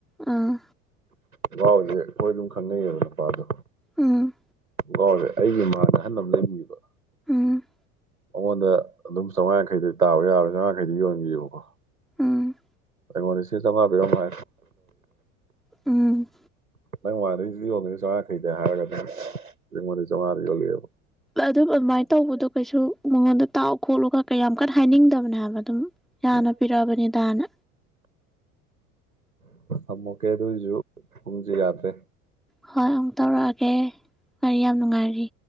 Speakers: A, in the centre; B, on the right.
A: ꯑꯥ
B: ꯉꯥꯎꯁꯦ ꯑꯩꯈꯣꯏ ꯑꯗꯨꯝ ꯈꯪꯅꯩꯌꯦꯕ ꯅꯨꯄꯥꯗꯣ
A: ꯎꯝ
B: ꯀꯥꯎꯁꯦ ꯑꯩꯒꯤ ꯏꯃꯥꯗ ꯑꯍꯟꯅ ꯑꯃ ꯂꯩꯕꯤꯕ
A: ꯎꯝ
B: ꯃꯉꯣꯟꯗ ꯑꯗꯨꯝ ꯆꯥꯝꯃꯉꯥ ꯌꯥꯈꯩꯗꯤ ꯇꯥꯕ ꯌꯥꯔꯣꯏ ꯆꯥꯝꯃꯉꯡꯈꯩꯗꯤ ꯌꯣꯟꯈꯤꯕꯀꯣ
A: ꯎꯝ
B: ꯑꯩꯉꯣꯟꯗ ꯁꯤ ꯆꯝꯥꯕꯤꯔꯣ ꯃꯥ
A: ꯎꯝ
B: ꯅꯪ ꯃꯗꯣꯏꯔꯤꯁꯤ ꯌꯣꯜꯂꯤꯣꯏꯅꯤ ꯆꯥꯃꯥꯈꯩꯗ ꯍꯥꯏꯔꯒ ꯑꯗꯨꯝ ꯑꯩꯉꯣꯟꯗ ꯆꯥꯝꯃꯉꯥꯗ ꯌꯣꯜꯂꯛꯑꯦꯕ
A: ꯑꯗꯨꯝ ꯑꯗꯨꯃꯥꯏꯅ ꯇꯧꯕꯗꯣ ꯀꯩꯁꯨ ꯃꯉꯣꯟꯗ ꯇꯥꯎ ꯈꯣꯠꯂꯨꯒ ꯀꯩ ꯌꯥꯝ ꯀꯟꯅ ꯍꯥꯏꯅꯤꯡꯗꯕꯅꯦ ꯍꯥꯏꯕ ꯑꯗꯨꯝ ꯌꯥꯅ
B: ꯎꯝ
A: ꯄꯤꯔꯛꯑꯕꯅꯤꯗꯥꯅ
B: ꯑꯃꯃꯨꯀꯦ ꯑꯗꯨꯁꯨ ꯍꯨꯝꯖꯤ ꯌꯥꯗꯦ
A: ꯍꯣꯏ ꯑꯃꯨꯛ ꯇꯧꯔꯛꯑꯒꯦ ꯀꯔꯤ ꯌꯥꯝ ꯅꯨꯡꯉꯥꯏꯔꯤ